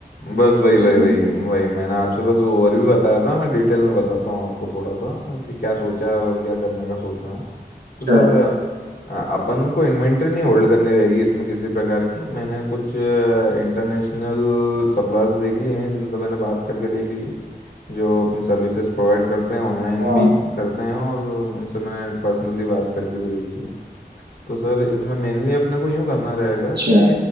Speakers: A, on the left; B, on the right.
A: बस वही
B: बेसिकली
A: वही वही वही मैंने आपसे बस ओवरव्यू बताया था मैं डिटेल में बताता हूँ आपको थोड़ा सा कि क्या सोचा है और क्या करने का सोच रहा हूँ
B: अच्छा
A: तो सर अ, अपन को इन्वेंट्री नहीं होल्ड करनी रहेगी इसमें किसी प्रकार की मैंने कुछ इंटरनेशनल सप्लायर्स देख लिए हैं जिनसे मैंने बात करके देख लिए जो अपनी सर्विसेज प्रोवाइड करते हैं ऑनलाइन
B: हाँ
A: भी करते हैं और उनसे मैंने पर्सनली बात करके भी देखी है तो सर इसमें मेनली अपने को यूँ करना रहेगा
B: अच्छा
A: कि